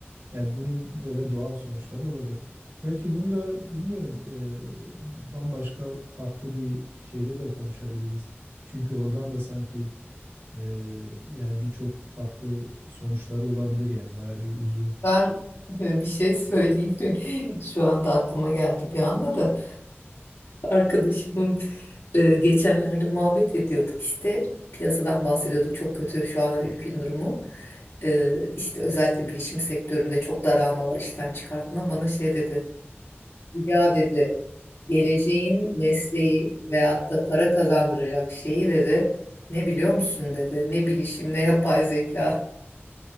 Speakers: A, on the right; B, on the left.
A: yani bunun böyle doğal sonuçları olacak. Belki bunu da bilmiyorum e, bambaşka farklı bir şeyde de konuşabiliriz. Çünkü oradan da sanki e, yani birçok farklı sonuçları olabilir yani bayağı bir uzun.
B: ben <laughs> bir şey söyleyeyim. <laughs> Şu anda aklıma geldi bir anda da. Arkadaşımın e, geçenlerde muhabbet ediyorduk işte piyasadan bahsediyorduk çok kötü şu an ülkenin durumu E, işte özellikle bilişim sektöründe çok daralma var işten çıkartma bana şey dedi ya dedi geleceğin mesleği veyahut da para kazandıracak şeyi dedi ne biliyor musun dedi ne bilişim ne yapay zeka